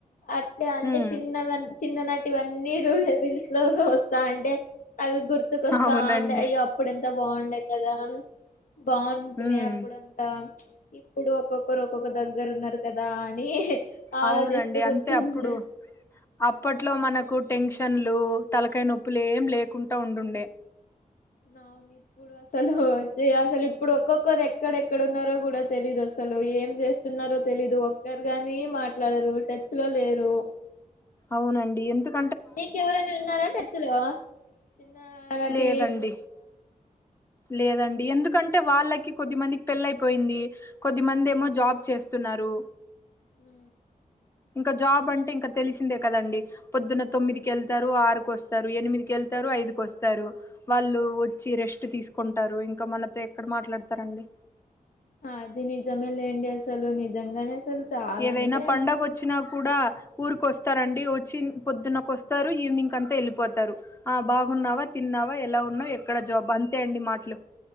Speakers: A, on the left; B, on the left.
A: అట్ అంటే
B: ఉమ్
A: చిన్నవ చిన్ననాటి ఇవన్నీ ర రిల్స్ లో వస్తా అంటే అవి గుర్తుకొస్తాం
B: అవునండి
A: అయ్యో అప్పుడు ఎంత బాగుండేయి కదా బాగుంటుంది
B: ఉమ్
A: అప్పుడంతా ఇప్పుడు ఒక్కొక్కరు క్కొక్క దగ్గర ఉన్నారు కదా అని ఆలోచిస్తూ
B: అవునండి అంతే
A: కూర్చుంటున్నా
B: అప్పుడు అప్పట్లో మనకు టెన్షన్లు తలకాయి నొప్పులు ఏం లేకుండా ఉంటుండే
A: అవును ఇప్పుడు అసలు అసలు ఇప్పుడు ఒక్కొక్కరు ఎక్కడెక్కడన్నారో కూడా తెలీదు అసలు ఏం చేస్తున్నారో తెలీదు ఒక్కరుగాని మాట్లాడరు టచ్ లో లేరు
B: అవునండి ఎందుకు
A: నీకెవరైనా ఉన్నారా టచ్చలో చిన్న నటి
B: లేదండి లేదండి ఎందుకంటే వాళ్ళకి కొద్ది మందికి పెళ్ళ అయిపోయింది కొద్దిమంది ఏమో జాబ్ చేస్తున్నారు
A: హ
B: ఇంకా జాబ్ అంటే ఇంకా తెలిసిందే కదండి పొద్దున్న తొమ్మిదికి వెళ్తారు ఆరుకు వస్తారు ఎనిమిదికి వెళ్త వెతారు ఐదుకు వస్తారు వాళ్ళు వచ్చి రెస్ట్ తీసుకుంటారు ఇంకా మనతో ఎక్కడ మాట్లాడతారండి
A: ఆ అదినిజమే లేండిసలు నిజంగానే అసలు చాలా
B: ఏదైనా
A: అంటే
B: పడుగ వచ్చినా కూడా ఊరిక వస్తారండి వచ్చి పొద్దున్నక వస్తారు ఈవినింగ్ కంతా వెళ్ళిపోతారు ఆ బాగు బాగున్నావా తిన్నావా ఎలా ఉన్నావు ఎక్కడ జాబ్ అంతే అండి మాటలు